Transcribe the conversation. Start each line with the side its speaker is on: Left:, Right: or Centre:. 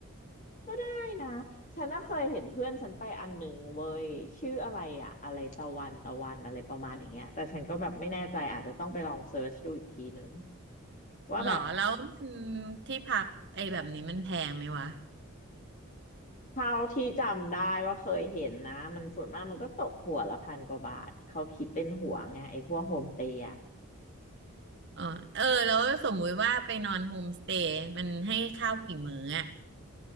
Left: ก็ได้นะ ฉันก็เคยเห็นเพื่อนฉันไปอันหนึ่งเว้ยชื่ออะไรอะอะไรตะวันตะวันอะไรประมาณอย่างเงี้ยแต่ฉันก็แบบไม่แน่ใจอาจจะต้องไปลองเซิร์ชดูอีกทีนึงว่าแบบ
Right: หรอแล้วมันที่พักไอ้แบบนี้มันแพงไหมวะ
Left: เท่าที่จำได้ว่าเคยเห็นนะมันส่วนมากมันก็ตกหัวละพันกว่าบาท เขาคิดเป็นหัวไงไอ้พวกโฮมสเตย์อะ
Right: อ๋อเออแล้วสมมุติว่าไปนอนโฮมสเตย์มันให้ข้าวกี่มื้ออะ